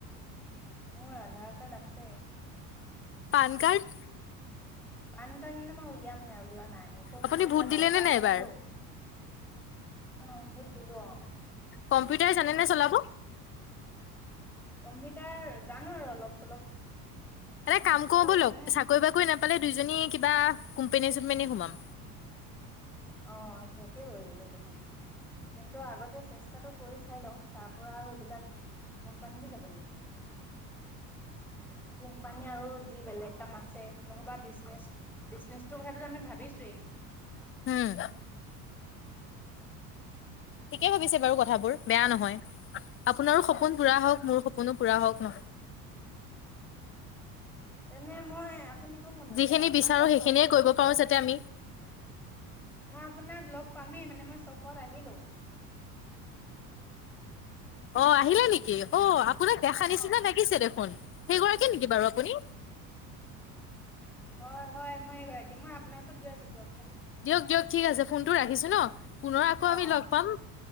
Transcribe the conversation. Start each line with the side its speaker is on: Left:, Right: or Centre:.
Centre: মোৰ আধাৰ কাৰ্ড আছে।
Left: PAN card.
Centre: পান কাৰ্ড নে মই উলিয়ামহে উলিও ৱা। নাই, এইটো মোৰ
Left: আপুনি
Centre: এতিয়া
Left: ভোট
Centre: দৰকাৰ
Left: দিলে নে নাই
Centre: হোৱা
Left: এইবাৰ?
Centre: নাইতো। অ বুত দিলো অ',
Left: কম্পিউটাৰ জানে নে চলাব?
Centre: কম্পিউটাৰ ৰ জানো আৰু অলপ চলপ।
Left: এটা কাম
Centre: ত'
Left: কৰো ব'লক
Centre: মানে
Left: চাকৰি-বাকৰি নে পালে দুইজনী কিবা কোম্পানী-চোম্পনী সোমাম।
Centre: অ তাকে কৰিব লাগিব লাগিবতো। কিন্তু আগতে চেষ্টাটো কৰি চাই লওঁ। তাৰ পৰা আৰু এইবিলাক কোম্পানীত জাব লাগিব। কোম্পানী আৰু যি বেলেগ কাম আছে নহ'বা বিচনেচ, বিচনেচটোৰ কথাটো আমি ভাবিছোৱেই।
Left: <inaudible> থিকেই ভাবিছে বাৰু কথাবোৰ বেয়া নহয়। আপোনাৰো সপোন পুৰা হওক মোৰ সপোনো পুৰা হওক ন।
Centre: নে মই আপুনি কোন কোন আছে
Left: যিখিনি
Centre: মই আপোনাক
Left: বিচাৰো
Centre: লগ
Left: সেইখিনিয়ে
Centre: পামেই এতিয়া।
Left: কৰিব পাৰো যাতে আমি।
Centre: মই আপোনাক লগ পামেই মানে মই চখত আহিলো।
Left: অ আহিলে নেকি অ আপ আপোনাক দেখা নিচিনা
Centre: অ'
Left: লাগিছে দেখোন সেইগৰাকী নেকি বাৰু আপুনি।
Centre: অ' হয় মই এইগৰাকী মই আপোনাৰ ওচৰত গৈ আছো দিয়ক।
Left: দিয়ক দিয়ক ঠিক আছে। ফোনটো ৰাখিছো ন। পুনৰ আকৌ
Centre: অ'
Left: আমি লগ পাম।